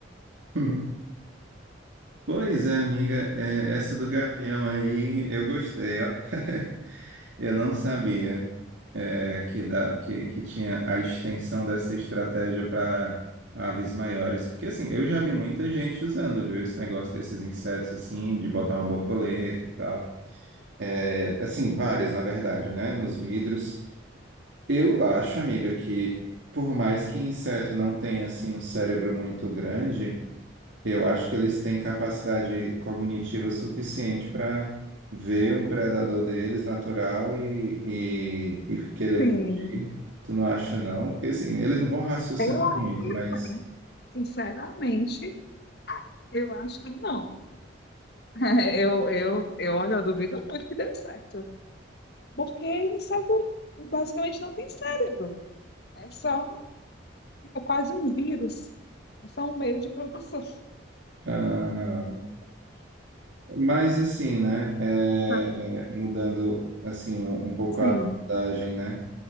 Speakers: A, on the right (about 75°); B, on the left (about 55°).
A: <laughs> Pois é, amiga, é, essa do gavião aí eu gostei, ó. <laughs> Eu não sabia é, que, da- que, que tinha a extensão dessa estratégia para aves maiores. Porque, assim, eu já vi muita gente usando, viu, esse negócio desses insetos, assim, de botar uma borboleta e tal. É, assim, várias, na verdade, né, nos vidros. Eu acho, amiga, que por mais que inseto não tenha, assim, um cérebro muito grande, eu acho que eles têm capacidade cognitiva suficiente para ver um predador deles natural e, e, e querer
B: Sim,
A: fugir. Tu não acha, não? Porque, assim, eles não vão raciocinar
B: eu acho,
A: muito, mas...
B: sinceramente, eu acho que não. <laughs> Eu, eu, eu, olha, eu duvido muito que dê certo. Porque inseto basicamente não tem cérebro. É só, é quase um vírus. É só um meio de produção.
A: Aham. Mas, assim, né? é,
B: Tá,
A: mudando, assim, um, um pouco
B: Sim.
A: a abordagem, né?